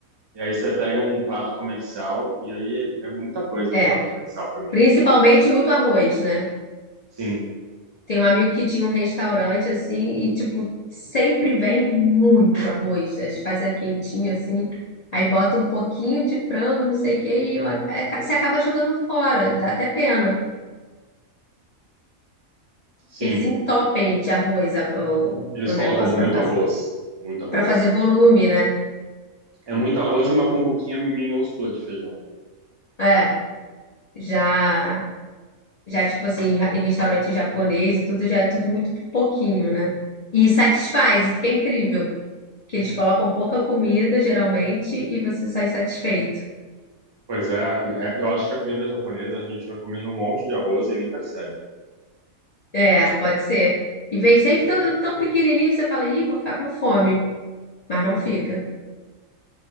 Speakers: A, on the right; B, on the left.
A: e aí você pega um prato comercial, e aí é muita coisa
B: É,
A: o prato comercial para mim.
B: principalmente muito arroz, né?
A: Sim,
B: Tem um amigo que tinha um restaurante assim e, tipo, sempre vem muito arroz. né? Eles fazem a quentinha assim, aí bota um pouquinho de frango, não sei o quê, e ó, é, ca- você acaba jogando fora, dá até pena.
A: sim.
B: Eles entopem de arroz a- o,
A: Eles
B: o
A: colocam
B: negócio
A: muito
B: para fazer,
A: arroz, muito arroz.
B: para fazer volume, né?
A: É muito arroz e uma cumbuquinha minúscula de feijão.
B: É, já, já tipo assim, ra- em restaurante japonês e tudo, já é tudo muito pouquinho, né? E satisfaz, isso que é incrível. Que eles colocam pouca comida, geralmente, e você sai satisfeito.
A: Pois é, é, eu acho que a comida japonesa a gente vai comendo um monte de arroz e nem percebe.
B: É, pode ser. E vem sempre tão, tão pequenininho, você fala, ih, vou ficar com fome, mas não fica.